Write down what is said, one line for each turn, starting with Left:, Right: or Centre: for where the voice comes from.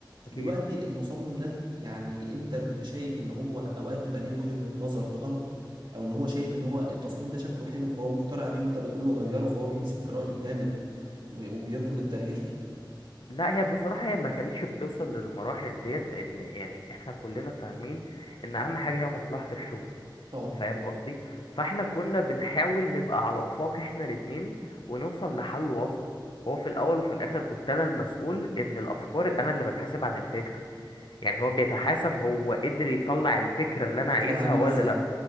Left: اكيد
Right: دلوقتي المصمم ده يعني أنت كنت شايف إن هو أوقات بيبقى ليه وجهة نظر غلط أو إن هو شايف إن هو التصميم ده شكله حلو فهو مقتنع بيه وأنت بتقول له غيره فهو بيمسك في رأيه جامد و- وبيرفض التغيير
Left: لا هي بصراحة هي ما كانتش بتوصل للمراحل ديت لأن يعني احنا كلنا فاهمين إن أهم حاجة هي مصلحة الشغل
Right: طبعا
Left: فاهم قصدي فاحنا كنا بنحاول نبقى على وفاق احنا الاتنين ونوصل لحل وسط هو في الأول وفي الآخر كنت أنا المسؤول إن الأفكار أنا اللي بتحاسب عن الفكرة يعني هو بيتحاسب هو قدر يطلع الفكرة اللي أنا
Right: شكلها
Left: عايزها
Right: عامل
Left: ولا
Right: ازاي
Left: لأ